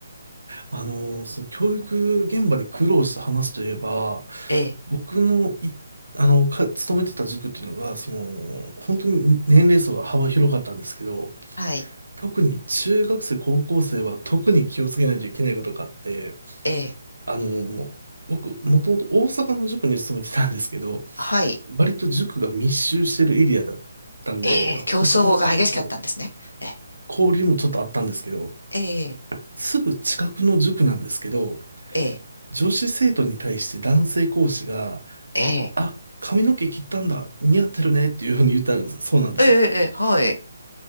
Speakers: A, on the right; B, on the left.
A: あの、その教育現場で苦労した話といえば、
B: ええ、
A: 僕のい、あの、か、勤めてた塾っていうのが、その、本当に年齢層が幅広かったんですけど、
B: はい、
A: 特に中学生、高校生は特に気をつけないといけないことがあって、
B: ええ、
A: あの、僕、もともと大阪の塾に勤めてたんですけど、
B: はい、
A: 割と塾が密集してるエリアだったんで、
B: ええ、
A: 他の塾と
B: 競争が激しかったんですね。え
A: 交流もちょっとあったんですけど、
B: え、
A: すぐ近くの塾なんですけど、
B: ええ、ええ、
A: 女子生徒に対して男性講師が、
B: ええ、
A: あ、髪の毛切ったんだ、似合ってるねっていうふうに言ったらそうなんですよ。
B: ええ、ええはい、